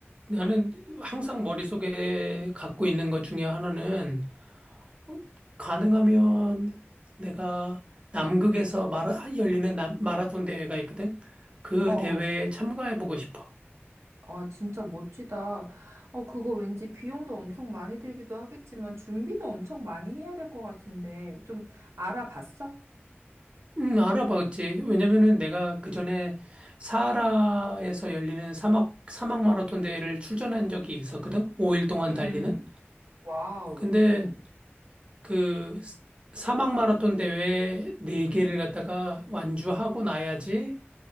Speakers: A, on the right; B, on the right.
A: 나는 항상 머릿속에 갖고 있는 것 중에 하나는 어, 가능하면 내가 남극에서 마라, 열리는 남- 마라톤 대회가 있거든. 그
B: 어,
A: 대회에 참가해보고 싶어.
B: 아, 진짜 멋지다. 어, 그거 왠지 비용도 엄청 많이 들기도 하겠지만 준비도 엄청 많이 해야 될 것 같은데 좀 알아봤어?
A: 음, 알아봤지. 왜냐면은 내가 그 전에 사하라에서 열리는 사막, 사막 마라톤 대회를 출전한 적이 있었거든. 5일 동안
B: 응, 응,
A: 달리는.
B: 응. 와우,
A: 근데
B: 응.
A: 그 스- 사막 마라톤 대회 네개를 갖다가 완주하고 나야지